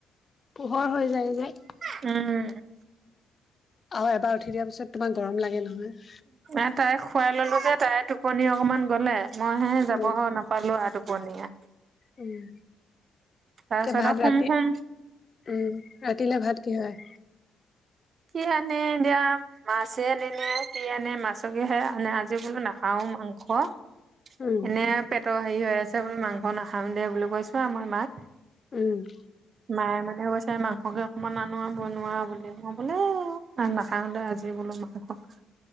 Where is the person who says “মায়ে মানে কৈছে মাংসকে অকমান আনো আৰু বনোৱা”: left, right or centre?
Right